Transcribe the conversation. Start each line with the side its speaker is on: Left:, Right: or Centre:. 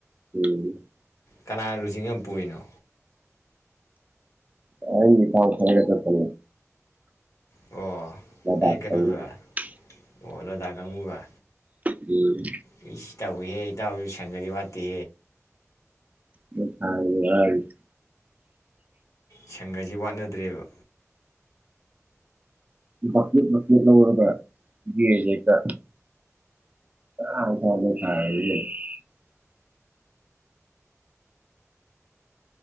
Right: ꯎꯝ꯫
Left: ꯀꯅꯥ ꯂꯨꯆꯤꯡꯉ ꯄꯨꯔꯤꯅꯣ꯫
Right: ꯑꯥꯍ ꯑꯩ ꯏꯇꯥꯎ ꯈꯔꯒ ꯆꯠꯄꯅꯤ꯫ <unintelligible>
Left: ꯑꯣ ꯅꯣꯏ ꯀꯩꯅꯣꯗꯨꯔꯥ ꯑꯣ ꯅꯣꯏ ꯗꯥ ꯀꯥꯡꯕꯨꯒ꯫
Right: ꯎꯝ꯫
Left: ꯑꯩꯁ ꯇꯧꯏꯍꯦ ꯏꯇꯥꯎꯁꯦ ꯁꯪꯒꯗꯤ ꯋꯥꯠ꯫ ꯇꯦ꯫
Right: ꯃꯣꯏ ꯁꯥꯏꯅꯦ ꯋꯥꯔꯤꯁꯦ꯫
Left: ꯁꯪꯒꯁꯤ ꯋꯥꯠꯅꯗ꯭꯭ꯔꯦꯕ꯫
Right: ꯃꯀꯨꯞ ꯃꯀꯨꯞ ꯂꯧꯔꯒ꯫ <unintelligible> <unintelligible>